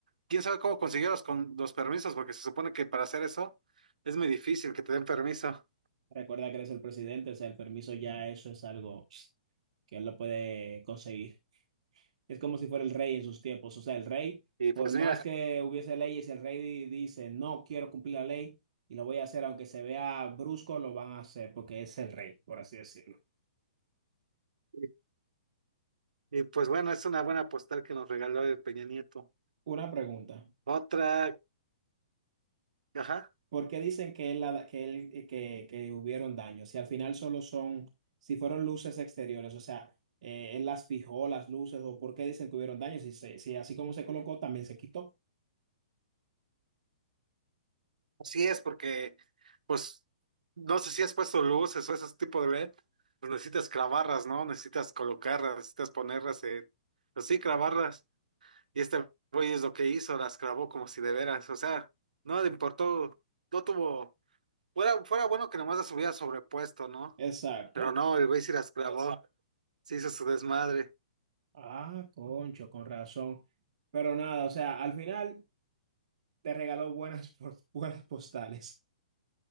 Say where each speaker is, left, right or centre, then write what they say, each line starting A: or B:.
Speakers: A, on the right; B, on the right.
A: quién sabe cómo consiguió los, con, los permisos, porque se supone que para hacer eso es muy difícil que te den permiso.
B: Recuerda que eres el presidente, o sea, el permiso ya eso es algo pss, que él lo puede conseguir. Es como si fuera el rey en sus tiempos, o sea, el rey,
A: Y
B: por
A: pues
B: más
A: mira,
B: que hubiese leyes, el rey di- dice, no quiero cumplir la ley y lo voy a hacer, aunque se vea brusco, lo van a hacer porque es el rey, por así decirlo.
A: y, y pues bueno, es una buena postal que nos regaló el Peña Nieto.
B: Una pregunta,
A: Otra, ajá.
B: ¿por qué dicen que, él, la- que, él- eh, que, que hubieron daños? Si al final solo son, si fueron luces exteriores, o sea, eh, él las fijó, las luces, o por qué dicen que hubieron daños, si, se- si así como se colocó, también se quitó.
A: Así es, porque, pues, no sé si has puesto luces o ese tipo de LED, pues necesitas clavarlas, ¿no? Necesitas colocarlas, necesitas ponerlas en, pues sí, clavarlas. Y este güey es lo que hizo, las clavó como si de veras, o sea, no le importó, no tuvo, fuera, fuera bueno que nomás las hubiera sobrepuesto, ¿no?
B: Exacto.
A: Pero no, el güey sí las clavó, sí hizo su desmadre.
B: Ah, concho, con razón. Pero nada, o sea, al final te regaló buenas, <laughs> po- buenas postales.